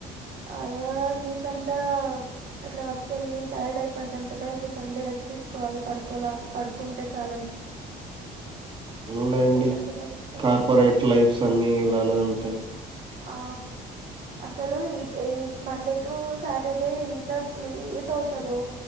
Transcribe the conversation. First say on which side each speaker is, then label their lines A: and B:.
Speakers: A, on the right; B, on the right.
A: ఆ వీక్ అంతా అట్లా వర్క్ కెళ్ళి టైర్డ్ అయిపోంటాం కదా ఇంకా సండే రెస్ట్ తీసుకోవాలి పడుకోలా పడుకుంటే చాలు
B: అవునులేండి
A: ఎక్కడికి వెళ్ళబుద్ధి కాదు
B: కార్పొరేట్ లైఫ్స్ అన్ని ఇలానే ఉంటాయి.
A: ఆ అసలు ఈ మండే టు సాటర్డే ఎంత లేట్ అవుతదో